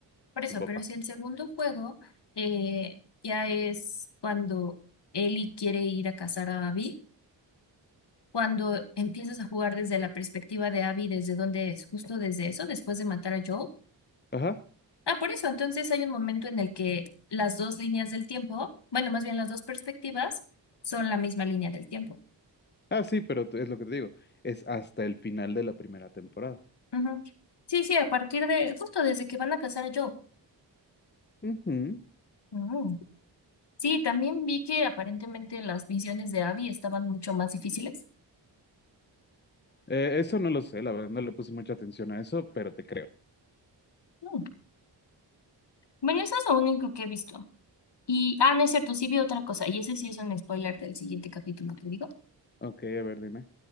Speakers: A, on the left; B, on the left.
A: por
B: su
A: eso,
B: papá.
A: pero si el segundo juego eh, ya es cuando Ellie quiere ir a cazar a Abby, cuando empiezas a jugar desde la perspectiva de Abby, desde dónde es, justo desde eso, después de matar a Joel.
B: Ajá.
A: Ah, por eso, entonces hay un momento en el que las dos líneas del tiempo, bueno, más bien las dos perspectivas, son la misma línea del tiempo.
B: Ah, sí, pero t- es lo que te digo. Es hasta el final de la primera temporada.
A: Ujú. Sí, sí, a partir de, justo desde que van a casar a Joe.
B: Ujú.
A: Mm. Sí, también vi que aparentemente las visiones de Abby estaban mucho más difíciles.
B: Eh, eso no lo sé, la verdad no le puse mucha atención a eso, pero te creo.
A: Mm. Bueno, eso es lo único que he visto. Y, ah, no es cierto, sí vi otra cosa, y ese sí es un spoiler del siguiente capítulo, te digo,
B: Ok, a ver, dime.